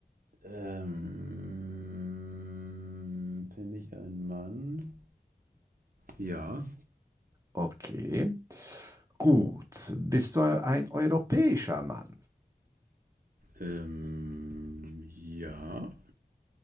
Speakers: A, on the right (about 60°); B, on the right (about 20°).
A: Ähm, bin ich ein Mann? Ja.
B: Okay. Gut, bist du ein europäischer Mann?
A: Ähm, ja.